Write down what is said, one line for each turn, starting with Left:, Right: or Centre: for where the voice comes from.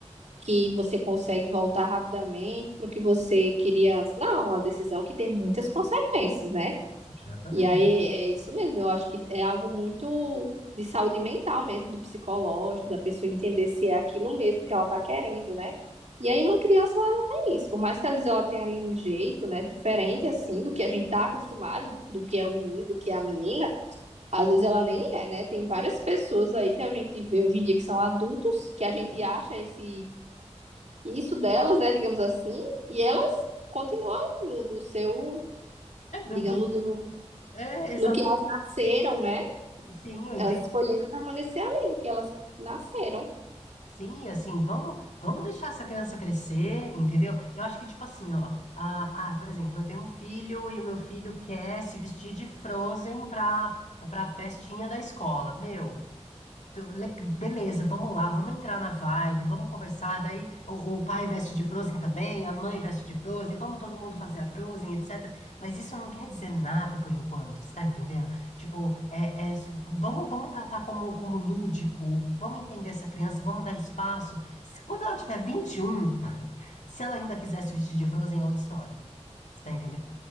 Right: que você consegue voltar rapidamente para o que você queria antes. Não, é uma decisão que tem muitas consequências, né?
Left: exatamente.
Right: E aí é é isso mesmo, eu acho que é algo muito de saúde mental mesmo, do psicológico, da pessoa entender se é aquilo mesmo que ela está querendo, né? E aí uma criança ela não tem isso, por mais que às vezes ela tenha ali um jeito, né, diferente assim do que a gente tá acostumado, de- do que é o menino, do que é a menina, às vezes ela nem é, né? Tem várias pessoas aí que a gente vê hoje em dia que são adultos, que a gente acha esse isso delas, né, digamos assim, e elas continuam no, no seu,
Left: É, Dudu,
Right: digamos, no,
Left: é, exatamente.
Right: no que elas nasceram, né?
Left: Sim, eu entendo.
Right: Elas escolheram permanecer ali no que elas nasceram.
Left: Sim, assim, vamos, vamos deixar essa criança crescer, entendeu? Eu acho que, tipo assim, ó, ah, ah, por exemplo, eu tenho um filho e o meu filho quer se vestir de Frozen pra, pra festinha da escola. Meu, Tu- le- Beleza, vamos lá, vamos entrar na vibe, vamos conversar. Daí o, o pai veste de Frozen também, a mãe veste de Frozen, vamos todo mundo fazer a Frozen, etc. Mas isso não quer dizer nada por enquanto, você tá entendendo? Tipo, é, é, se- vamos, vamos tratar como, como lúdico, vamos entender essa criança, vamos dar espaço. Se- quando ela tiver 21, <laughs> se ela ainda quiser se vestir de Frozen, é outra história, você tá entendendo?